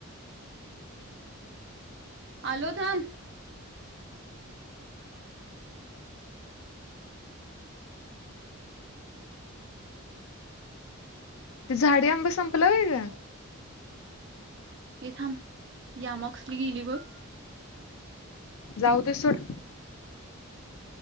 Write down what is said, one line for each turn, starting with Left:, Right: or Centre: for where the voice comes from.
Right: आलो थांब.
Left: ते झाडे आंबे संपलं होय गं?
Right: हे थांब या मगसली गेली बघ
Left: जाऊ दे सोड.